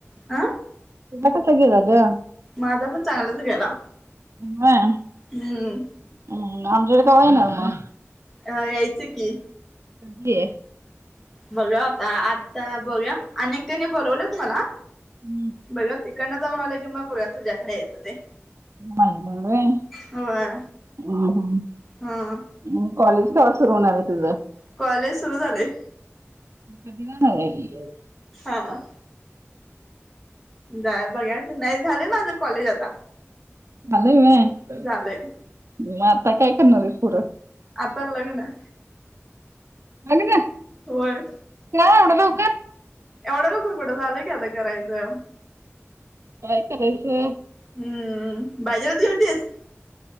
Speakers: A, in the centre; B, on the right.
A: अ
B: तुझा कसा गेला गं?
A: माझापण चांगलाच गेला.
B: बर.
A: हं.
B: हम्म, आमच्याकडे कवा येणार मग?
A: हा यायचं की.
B: के
A: बघूया आता, आता बघूया आणि एकट्यांनी बोलावल्यात मला.
B: हम्म.
A: बघूया तिकडनं जाऊन आलं की, मग बघूया तुझ्याकडे यायचं ते.
B: नाही नाही होय,
A: होय
B: हं हं.
A: हा
B: म कॉलेज कवा सुरू होणार आहे तुझं?
A: कॉलेज सुरू झालंय.
B: <unintelligible>
A: हा. जाय बघायच, नाही झालंय माझं कॉलेज आता.
B: झालंय होय,
A: झालंय
B: मग आता काय करणार आहेस पुढं?
A: आता लग्न
B: लग्न
A: होय.
B: का एवढ्या लवकर?
A: एवढं लवकर कुठं,, झालं की आता करायचं.
B: काय करायचं
A: हम्म, बाजारत गेलतीस?